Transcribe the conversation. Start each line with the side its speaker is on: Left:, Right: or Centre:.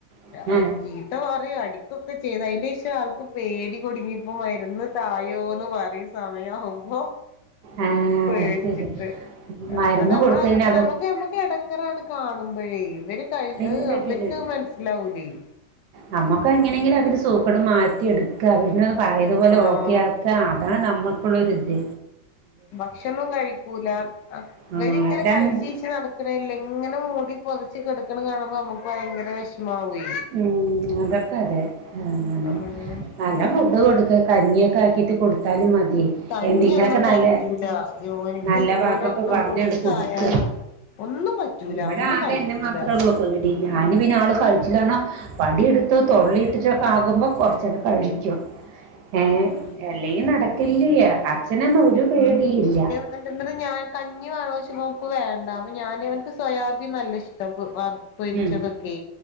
Right: ഉം.
Left: അത്
Right: ആ
Left: ചെയ് ഇക്കാ പറയും അടിക്കുവോക്കെ ചെയ്ത് അയിന് ശേഷം ആൾക്ക് പേടി കുടുങ്ങിപ്പോ മരുന്ന് തായോ ന്നു പറി സമയാകുമ്പോ
Right: ആഹ്
Left: പേടിച്ചിട്ട്
Right: അത് ശരി മരുന്ന്
Left: അത് നമ്മെൾ
Right: കൊടുത്ത്
Left: അത്ര
Right: കഴിഞ്ഞാ അത്
Left: നമ്മെക്ക് നമ്മ ഇത് എടങ്ങേറാണ് കാണുമ്പഴേ ഇവര് കഴി
Right: ഇല്ല
Left: അഹ് ഇവെര്ക്ക്
Right: പിന്നെ
Left: അഹ് മൻസ്സിലാവൂലെയ്
Right: നമ്മുക്ക് എങ്ങനെങ്കിലും അവരെ സോപ്പിട്ട് മാറ്റി എടുക്കം പിന്നെ പഴയതുപോലെ
Left: ആഹ്
Right: ഓക്കെ അതാണ് നമ്മുക്കുള്ളൊരു ഇത്
Left: ഭക്ഷണം കഴിക്കൂല ഇവരിങ്ങനെ
Right: ആഹ് രണ്ട്
Left: കളിച്ച് ചിരിച് നടക്കു നടക്കണേല്ല എങ്ങനെ മൂടി പൊതച്ച് കിടക്കണ് കാണുമ്പോ നമുക്ക് ഭയങ്കര വിഷമാവേ
Right: ഉം അതക്കാതെ അങ്ങനെ
Left: ആഹ്
Right: നല്ല ഫുഡ്
Left: അങ്ങനെയൊക്കെ
Right: കൊടുക്ക് കഞ്ഞിയൊക്കെ ആക്കീട്ട് കൊടുത്താലും മതി
Left: കഞ്ഞിയൊന്നും
Right: എന്തെങ്കിലുമൊക്കെ നല്ല
Left: പറ്റൂല ഓന്ക്ക്
Right: നല്ല
Left: ഇതുപോലെ
Right: വാക്കൊക്കെ
Left: ഒന്ന്
Right: പറഞ്ഞാണ്ട്
Left: ഫ്രൂട്ട്സ്
Right: കൊടുക്ക
Left: ആയാലും ഒന്നും പറ്റൂല പറ്റൂല
Right: ഇവിടെ
Left: ഒന്നും
Right: ആകെ
Left: കഴിക്കൂല
Right: എന്നെ മാത്രമേ
Left: എന്ന്
Right: ഉള്ളൂ പേടി ഞാൻ പിന്നെ ആള് കളിച്ചില്ല വടിയെടുത്തൊ തൊള്ളിയിട്ടിട്ടൊക്കെ ആകുമ്പോ കുറച്ചൊക്കെ കഴിക്കും ഏ
Left: ആഹ്
Right: അല്ലെങ്കിൽ നടക്കില്ല്യാ അച്ഛനൊന്നും ഒരു പേടിയില്ല
Left: പറ്റുന്നദ് ഞാൻ കഞ്ഞി വേണോയ്‌ച്ചുമ്പോ ഓന്ക് വേണ്ട അപ്പ ഞാന്നിഇവൻക്ക് സോയാബീൻ നല്ല ഇഷ്ട അപ്പൊ വാ പൊരിച്ചതൊക്കെ
Right: ഉം